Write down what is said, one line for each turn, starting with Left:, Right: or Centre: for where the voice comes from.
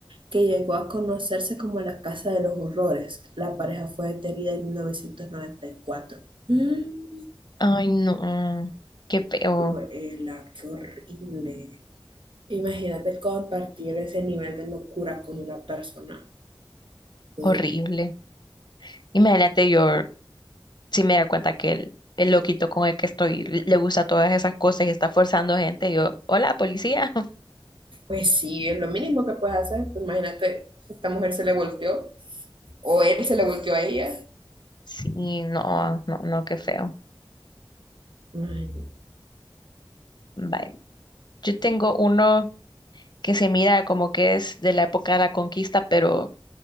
Right: que llegó a conocerse como la Casa de los Horrores. La pareja fue detenida en 1994. Mm,
Left: Ay, no, qué feo,
Right: Huela, qué horrible. Imagínate compartir ese nivel de locura con una persona.
Left: horrible.
Right: Uh,
Left: Imagínate yo. si me da cuenta que el, el loquito con el que estoy l- le gusta todas esas cosas y está forzando gente, yo, hola, policía. <laughs>
Right: Pues sí, es lo mínimo que puedes hacer. Pues imagínate, esta mujer se le volteó o él se le volteó a ella.
Left: Sí, no, no, no, qué feo.
Right: Ay,
Left: Bye. Yo tengo uno que se mira como que es de la época de la conquista, pero